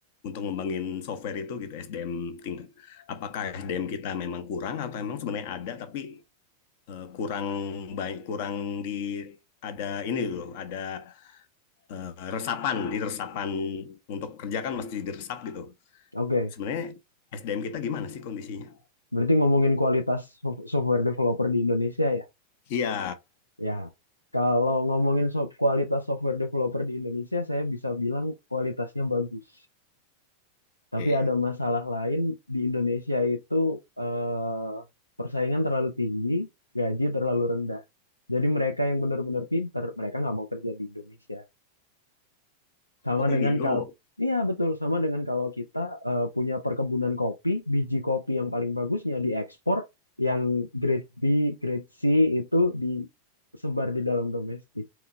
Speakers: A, on the left; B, on the left.
A: untuk ngembangin software itu gitu SDM tingkat apakah SDM kita memang kurang atau memang sebenarnya ada tapi eh, kurang baik kurang di ada ini loh ada eh, resapan di resapan untuk kerja kan mesti diresap gitu.
B: oke,
A: Sebenarnya SDM kita gimana sih kondisinya?
B: berarti ngomongin kualitas sof- software developer di Indonesia ya.
A: Iya,
B: Ya, kalau ngomongin so- kualitas software developer di Indonesia, saya bisa bilang kualitasnya bagus. Tapi
A: oke.
B: ada masalah lain di Indonesia itu eh, persaingan terlalu tinggi, gaji terlalu rendah. Jadi mereka yang benar-benar pinter, mereka nggak mau kerja di Indonesia. Sama
A: Oke
B: dengan
A: gitu.
B: kalau Iya betul sama dengan kalau kita eh, punya perkebunan kopi, biji kopi yang paling bagusnya diekspor, yang grade B, grade C itu disebar di dalam domestik.